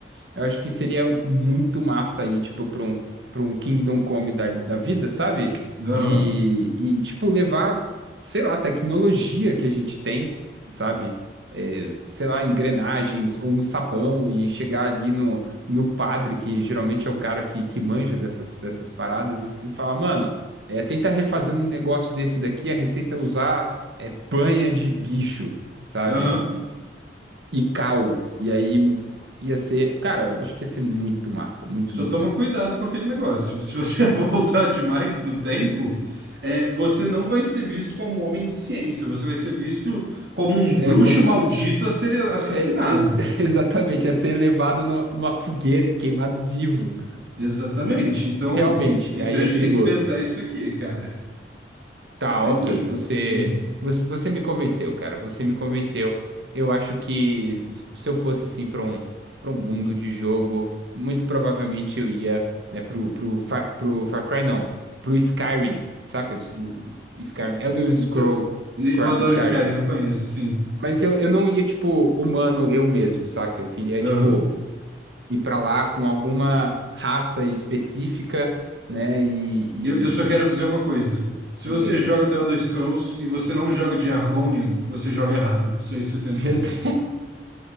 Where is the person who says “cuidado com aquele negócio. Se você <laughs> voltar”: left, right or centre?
Right